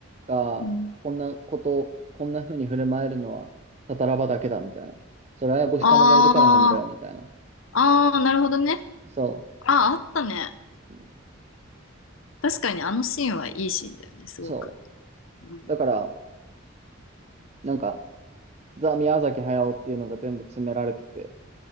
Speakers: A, on the right (about 35°); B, on the left (about 70°).
A: がこんなこと、
B: うん。
A: こんな風に振る舞えるのは、たたらばだけだ、みたいな。それはエボシ様がいるからなんだよ、
B: あー、
A: みたいな。
B: あー、なるほどね。
A: そ
B: あー、あったね。
A: う。
B: 確かにあのシーンはいいシーンだよね、すごく。
A: そ
B: うん、
A: う。だから、なんか、ザ・宮崎駿っていうのが全部詰められてて、